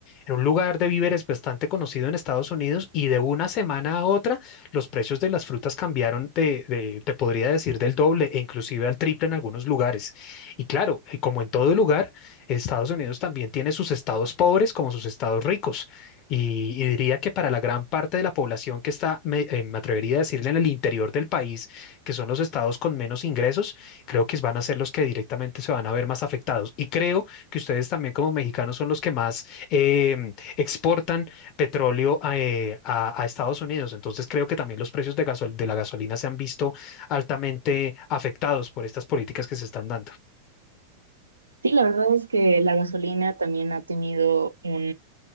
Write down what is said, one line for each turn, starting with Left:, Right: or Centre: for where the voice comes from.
Left: en un lugar de víveres bastante conocido en Estados Unidos y de una semana a otra los precios de las frutas cambiaron de, de- te podría decir, del doble e inclusive al triple en algunos lugares. Y claro, eh, como en todo lugar, Estados Unidos también tiene sus estados pobres como sus estados ricos. Y, y diría que para la gran parte de la población que está, me, eh, me atrevería a decirle, en el interior del país, que son los estados con menos ingresos, creo que van a ser los que directamente se van a ver más afectados. Y creo que ustedes también como mexicanos son los que más em, exportan petróleo a, eh, a, a, Estados Unidos. Entonces creo que también los precios de, gasol de la gasolina se han visto altamente afectados por estas políticas que se están dando.
Right: Sí, la verdad es que la gasolina también ha tenido un,